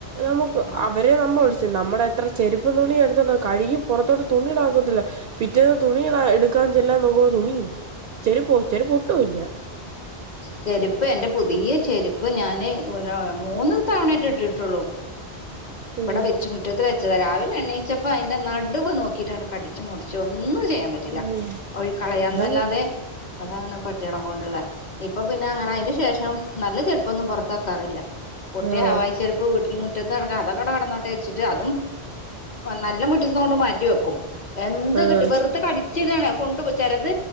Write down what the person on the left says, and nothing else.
ആഹ്
ആ
ചെരുപ്പ് എന്റെ പുതിയ ചെരുപ്പ് ഞാന് മൂന്ന് തവണയട്ട ഇട്ടിട്ടുള്ളൂ
ഇവിടെ വെച്ച റ്റൽ വെച്ചത് രാവില എണയിച്ചപ്പോൾ അതിൻ്റെടുവ് നോക്കിയിട്ടാട കടിച് മുറിച്ച് ഒന്നും ചെയ്യാൻ പറ്റും
റ്റൂല ക്കളയാന്നല്ലാതെ
അതാണ് പെട്ടികളക്ക കൊണ്ടുള്ളത് ഇപ്പൊ പിന്നെ അങ്ങനെ അതിന് ശേഷം നല്ല ചെറുപ്പോന്നും പൊറത്ത് വെക്കാറില്ല പൊട്ടിയ
ഹവായി് ചേരുപ്പ് വീട്ടിൽ മുറ്റത്ത് നടക്കാൻ അതൊ കട കടന്നോട്ടേ വച്ചിട്ട് അതും നല്ല മുട്ടിച്ചുന്ന മാറ്റിവ വെക്കും എന്ത്
കിട്ട് വെറുതെ കടിച്ചിടാണ കൊണ്ട് പോ ചെലത്